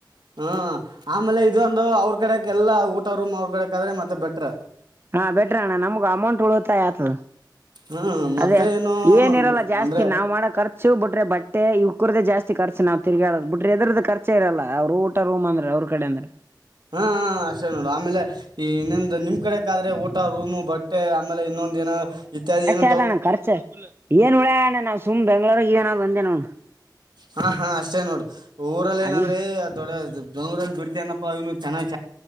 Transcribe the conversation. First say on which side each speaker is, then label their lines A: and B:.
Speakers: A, on the right (about 70°); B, on the right (about 30°).
A: ಹ್ಮ ಆಮೇಲೆ ಇದೊಂದು ಅವ್ರ ಕಡೆಗೆ ಎಲ್ಲ ಊಟ ರೂಮ್ ಅವ್ರ ಕಡೆ ಆದ್ರೆ ಮತ್ತೆ ಬೆಟ್ರರ್
B: ಹಾ ಬೆಟ್ರ ಅಣ್ಣ ನಮ್ಗ್ ಅಮೌಂಟ್ ಉಳುತ್ತಾ ಆತದ
A: ಹ್ಮ್ ಮತ್ತೆ
B: ಅದೇ
A: ಏನು
B: ಏನಿರಲ್ಲ ಜಾಸ್ತಿ
A: ಅಂದ್ರೆ
B: ನಾವ್ ಮಾಡಕ್ರ್ಚು ಶಿವ್ ಬಿಟ್ರೆ ಬಟ್ಟೆ ಇವ ಕ್ರದ್ದ ಜಾಸ್ತಿ ರ್ಚ ನಾವ್ ತಿರುಗಾ ಹೇಳೋದ ಬಿಟ್ರೆ ಎದ ಖರ್ಚ ಇರಲ್ಲ ಅವ್ ಊ ರೂ್ ಅಂದ್ರೆ ಅವ್ರ ಕಡೆ ಅಂದ್ರೆ
A: ಹಾ ಹ ಅಷ್ಟೇ ನೋಡು ಆಮೇಲೆ ಈ ಇನ್ನೊಂದು ನಿಮ್ ಕಡೆಕ್ ಆದ್ರೆ ಊಟ ರೂಮ್ ಬಟ್ಟೆ ಆಮೇಲೆ ಇನ್ನೊಂದ ಏನೋ ಇತ್ಯಾದಿ ಏನ
B: ಣ್ಣ ಖರ್ಚೆ ಏನ್ ಉಳ್ಯಣ್ಣ ನಾ ಸುಮ್ ಬೆಂಗ್ಳೂರ ಏನಾದ್ ಬಂದ ನೋ
A: ಹಾ ಹಾ ಅಷ್ಟೇ ನೋಡಿ ಊರಲ್ಲಿ
B: ಅಲ್ಲಿ
A: ಏನಂದ್ರೆ ದೊಡ ಬೆಂಗೂರಲ್ಲಿ ನಪ್ಪ ಇನು ಚೆನ್ನಾಗಿ